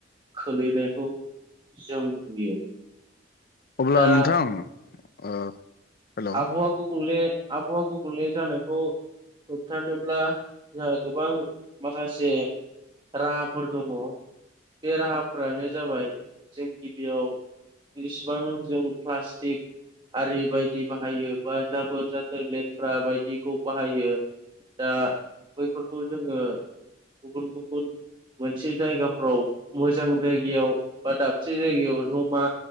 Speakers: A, on the right; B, on the left.
A: खोलैनायखौ जों नुयो।
B: अब्ला
A: दा
B: नोंथां ओ हेल'
A: आबहावा गुबुंले आबहावा गुबुंले जानायखौ होबथानोल्बा जोंहा गोबां माखासे राहाफोर दङ बे राहाफ्रानो जाबाय जों गिबियाव इसिबां जों प्लास्टिक आरि बायदि बाहायो बा जाबोर जाथोर लेथ्रा बायदिखौ बाहायो दा बैफोरखौ जोङो गुबुन गुबुन मोनसे जायगाफ्राव मोजां जायगायाव बा दाबसे जायगायाव जमा